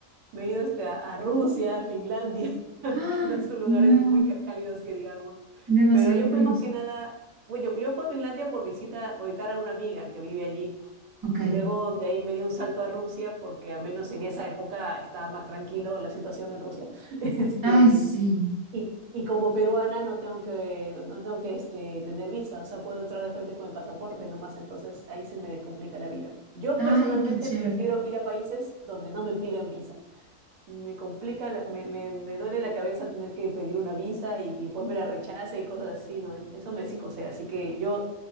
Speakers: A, on the right (about 80°); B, on the right (about 20°).
A: Me he ido este, a, a Rusia, a Finlandia, <laughs> que
B: ay,
A: no son lugares
B: no,
A: muy ca- cálidos que digamos.
B: demasiado
A: Pero yo
B: fríos.
A: fui más que nada, bueno, yo, yo fui a Finlandia por visita, por visitar a una amiga que vive allí.
B: Ok.
A: Y luego de ahí me di un salto a Rusia porque al menos en esa época estaba más tranquilo la situación en Rusia. <laughs> Este,
B: Ay, sí.
A: y, y como peruana no tengo que, no tengo que este, tener visa, o sea, puedo entrar de frente con mi pasaporte nomás, entonces ahí se me descomplica la vida. Yo
B: Ay,
A: personalmente
B: qué chévere.
A: prefiero ir a países donde no me pidan visa me complica, la- me, me, me duele la cabeza tener que pedir una visa y, y después me la rechace y cosas así, ¿no? Eso me psicosea, así que yo